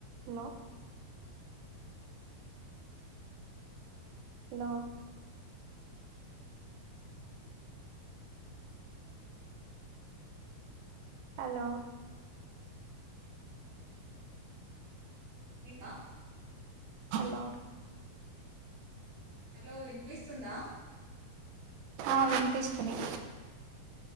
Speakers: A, on the right (about 80°); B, on the right (about 65°).
A: Hello hello hello
B: విందా
A: hello
B: hello వినిపిస్తుందా
A: ఆ వినిపిస్తున్నా